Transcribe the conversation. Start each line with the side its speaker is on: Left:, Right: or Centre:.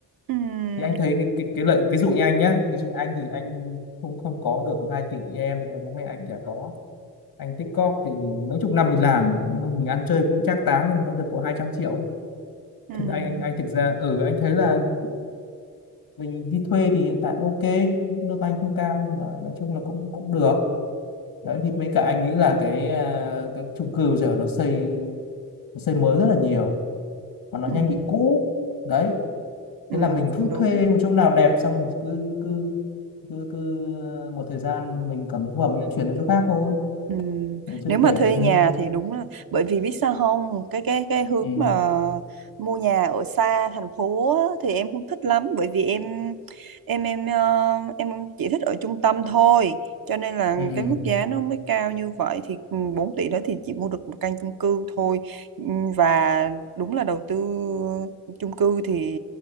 Right: Ừm,
Left: thì anh thấy cái cái, cái lợi ví dụ như anh nhá ví dụ như anh thì anh không không có được 2 tỷ như em thì bố mẹ anh chả có anh tích cóp thì mấy chục năm thì làm nhưng mà mình ăn chơi cũng trác táng thì còn được có hai trăm triệu
Right: ừm,
Left: thì anh anh anh thực ra ừ anh thấy là mình đi thuê thì hiện tại ok lương anh không cao nhưng mà nói chung là cũng cũng được đấy thì mấy cả anh nghĩ là cái à, cái chung cư giờ nó xây nó xây mới rất là nhiều và nó
Right: ừm,
Left: nhanh bị cũ đấy
Right: ừm,
Left: thế là mình
Right: cũng
Left: cứ
Right: đúng
Left: thuê một chỗ nào đẹp xong mình cứ cứ cứ, cứ ờ, một thời gian mình cảm thấy không hợp mình lại chuyển đến chỗ khác thôi
Right: Ừm,
Left: mình chưa
Right: Nếu mà
Left: kể
Right: thuê
Left: ừ
Right: nhà thì đúng là bởi vì biết sao không cái cái cái hướng
Left: ừ
Right: mà mua nhà ở xa thành phố á, thì em không thích lắm bởi vì em em em ờ, em chỉ thích ở trung tâm thôi cho nên là
Left: ừ
Right: cái mức giá nó mới cao như vậy thì ừ, 4 tỷ đó thì chỉ mua được một căn chung cư thôi Ừm, và đúng là đầu tư chung cư thì